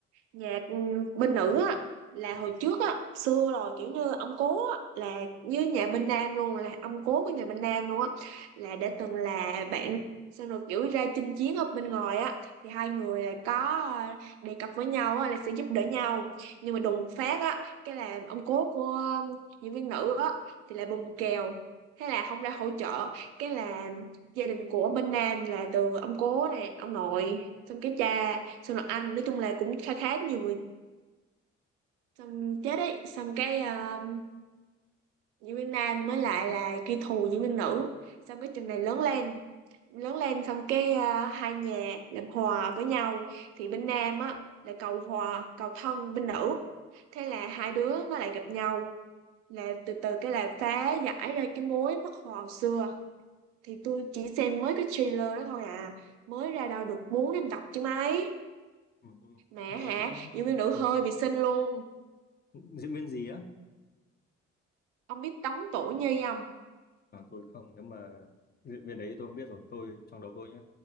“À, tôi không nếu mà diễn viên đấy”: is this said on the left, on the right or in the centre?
Left